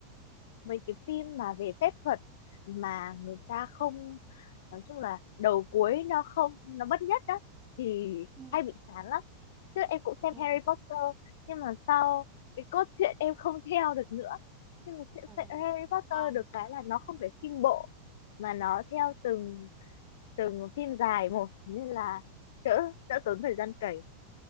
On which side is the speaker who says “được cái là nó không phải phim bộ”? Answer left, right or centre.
Left